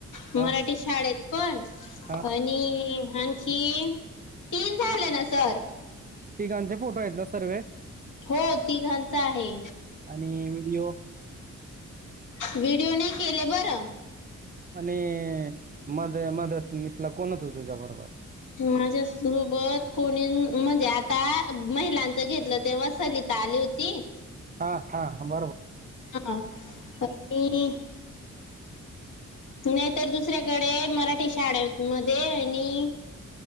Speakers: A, on the left (about 75°); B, on the right (about 30°).
A: मराठी
B: हां,
A: शाळेत पण
B: हां.
A: आणि आणखी तीन झाले ना सर
B: तिघांचे फोटो आहेत ना सर्व
A: हो तिघांचा आहे.
B: आणि व्हिडिओ
A: व्हिडिओ नाही केले बरं
B: आणि मद मदत मिसला कोण होत तुझ्या बर
A: माझ्यासोबत होनीं म्हणजे आता महिलांचं घेतलं तेव्हा सरिता आली होती.
B: हां, हां. बरोबर.
A: हा ऐ नाही तर दुसऱ्याकडे मराठी शाळे मध्ये नी